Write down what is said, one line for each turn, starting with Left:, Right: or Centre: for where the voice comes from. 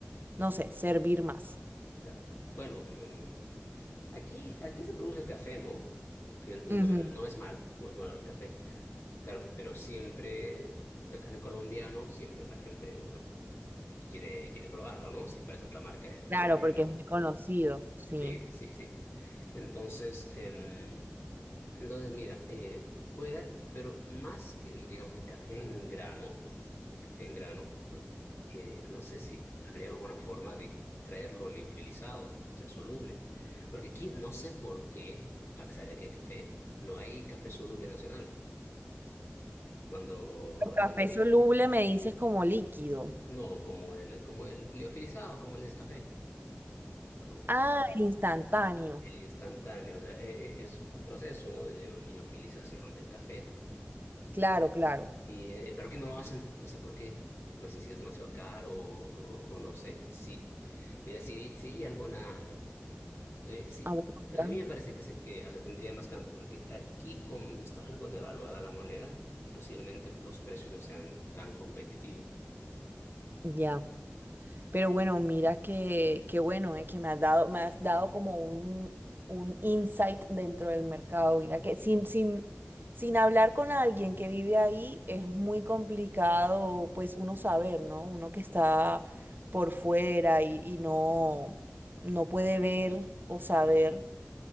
Right: no sé, servir más?
Left: Ya. Bueno, eh, aquí, aquí se produce café, ¿no? Que- y
Right: Ujú,
Left: no, no es malo, no es malo el café. Claro, pero siempre, o sea, café colombiano, siempre la gente, bueno, y quiere, quiere probarlo, ¿no? Si parece otra marca es colombiano.
Right: Claro, porque es muy conocido, sí.
Left: Sí, sí, sí. Entonces, em, Entonces, mira, eh, puede dar, pero más que, el, digamos, el café en grano, el café en grano, pero, eh, no sé si habría alguna forma de traerlo liofilizado, o sea, soluble. Porque aquí no sé por qué, a pesar de que hay café, no hay café soluble nacional. Cuando
Right: El
Left: así,
Right: café soluble me dices como líquido.
Left: no, como el, como el liofilizado, como el Nescafé, como
Right: Ah, el instantáneo.
Left: el instantáneo, o sea, e- e- es un proceso, ¿no? de lio- liofilización del café
Right: Claro, claro.
Left: Y, eh, pero que no lo hacen, no sé por qué. No sé si es demasiado caro o, o- o no sé. Sí, mira, si, si hay alguna... eh, sí,
Right: Ah, bueno, mira,
Left: a mí me parece que, se- que o sea, tendría más campo, porque aquí con, está algo devaluada la moneda y posiblemente los precios no sean tan competitivos.
Right: ya. Pero bueno, mira que, que bueno, eh, que me has dado, me has dado como un, un insight dentro del mercado. Mira que sin, sin, sin hablar con alguien que vive ahí es muy complicado, pues uno saber, ¿no? Uno que está por fuera y, y no, no puede ver o saber.
Left: Mm.